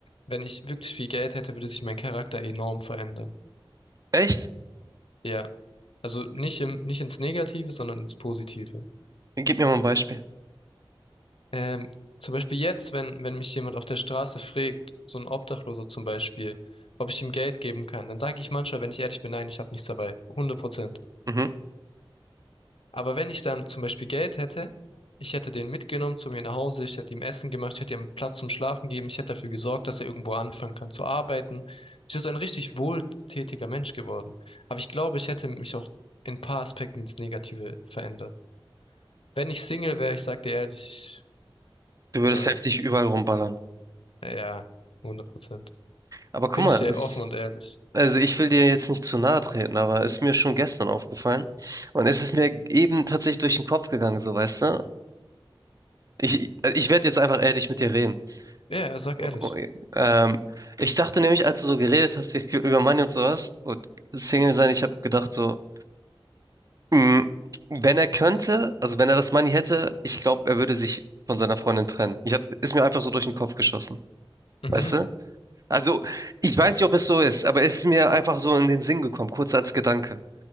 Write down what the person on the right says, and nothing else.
Echt?
Gib mir mal ein Beispiel.
Mhm.
Du würdest
heftig überall rumballern.
Aber guck
mal,
es
ist,
also ich will dir jetzt nicht zu nahe treten, aber es ist mir schon gestern aufgefallen. Und es ist mir eben tatsächlich durch den Kopf gegangen, so weißt du? Ich, ich werde jetzt einfach ehrlich mit dir reden.
Oh,
Ähm, ich dachte nämlich, als du so geredet hast wie- <laughs> über Money und sowas und Single sein, ich habe gedacht so, mh, wenn er könnte, also wenn er das Money hätte, ich glaube, er würde sich von seiner Freundin trennen. Ich hab, ist mir einfach so durch den Kopf geschossen,
weißt du? Also, ich weiß nicht, ob es so ist, aber es ist mir einfach so in den Sinn gekommen, kurz als Gedanke.